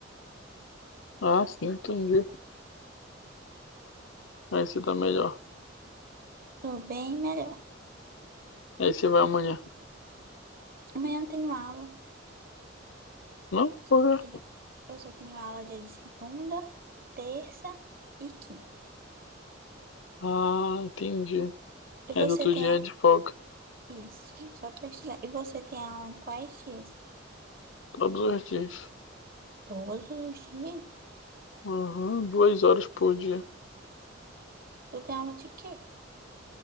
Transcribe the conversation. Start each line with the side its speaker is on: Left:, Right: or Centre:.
Left: Ah, sim, entendi. Aí você tá melhor.
Right: Tô bem melhor.
Left: Aí você vai amanhã.
Right: Amanhã eu tenho aula.
Left: Não,
Right: Só
Left: porra.
Right: tenho, eu só tenho aula dia de segunda, terça e quinta.
Left: Ah, entendi.
Right: E você
Left: Mas outro
Right: tem
Left: dia
Right: a...
Left: é de folga.
Right: Isso, só para estudar. E você tem aula em quais dias?
Left: Todos os dias.
Right: Todos os dias?
Left: Aham. Duas horas por dia.
Right: Você tem aula de quê?